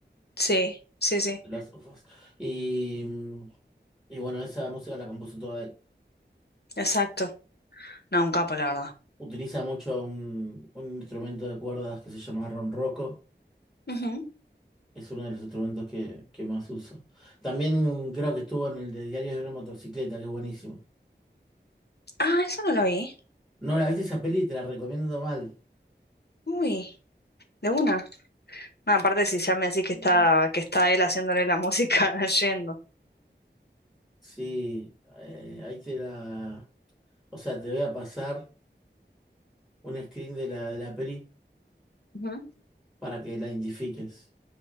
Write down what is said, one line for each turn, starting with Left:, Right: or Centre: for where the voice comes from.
Left: Sí, sí, sí,
Centre: The Last of Us. Y, y bueno, esa música la compuso toda él.
Left: exacto. No, un capo, la verdad.
Centre: Utiliza mucho un, un instrumento de cuerdas que se llama ronroco.
Left: Ujú.
Centre: Es uno de los instrumentos que, que más uso. También creo que estuvo en el de Diarios de una motocicleta, que es buenísimo.
Left: Ah, eso no lo vi.
Centre: No la viste esa peli, te la recomiendo mal.
Left: Uy, de una. Ah, aparte, si ya me decís que
Centre: Mm.
Left: está, que está él haciéndole la música <laughs> yendo.
Centre: Sí, eh, ahí te la... O sea, te voy a pasar un screen de la, de la peli
Left: Ujú.
Centre: para que la identifiques.